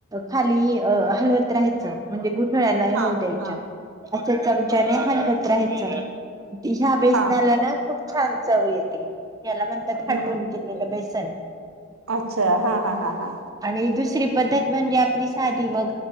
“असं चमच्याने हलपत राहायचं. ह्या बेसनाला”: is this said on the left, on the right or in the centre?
Right